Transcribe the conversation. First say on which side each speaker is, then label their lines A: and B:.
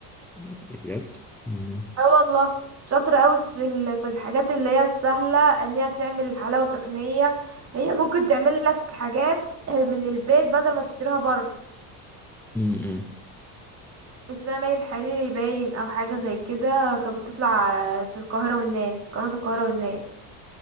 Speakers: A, in the centre; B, on the right.
A: مم. بجد مم.
B: اه والله شاطرة قوي في ال- في الحاجات اللي هي السهلة ان هي تعمل حلاوة طحينية هي ممكن تعمل لك حاجات <clears throat> من البيت بدل ما تشتريها بره
A: مم.
B: اسمها مي الحريري باين او حاجة زي كده كانت بتطلع آه، في القاهرة والناس قناة القاهرة والناس